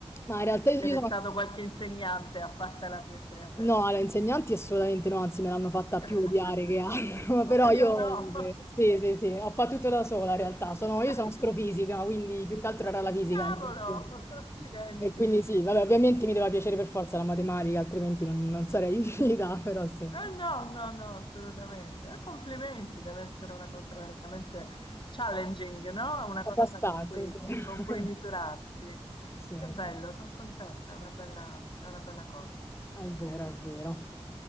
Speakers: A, on the left (about 25°); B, on the left (about 50°).
A: Ma in realtà io
B: ed è
A: sono...
B: stato qualche insegnante a fartela piacere.
A: No, alle insegnanti assolutamente no, anzi me l'hanno fatta
B: <laughs>
A: più odiare che altro, <laughs> però
B: Oddio,
A: io
B: no!
A: sì, sì, sì, ho fatto tutto da sola in realtà, sono, io
B: <laughs>
A: sono astrofisica, quindi più che altro era la fisica.
B: Cavolo,
A: la mia passione.
B: <laughs> accidenti.
A: E quindi sì, vabbè, ovviamente mi doveva piacere per forza la matematica, altrimenti non, non sarei riuscita, <laughs> però sì,
B: Eh no, no, no, assolutamente. Eh, complimenti, deve essere una cosa veramente challenging, no? Una cosa
A: abbastanza,
B: con cui,
A: sì. <laughs>
B: con cui misurarsi.
A: Sì,
B: Che bello,
A: sì.
B: sono contenta, è una bella, è una bella cosa.
A: È vero, è vero.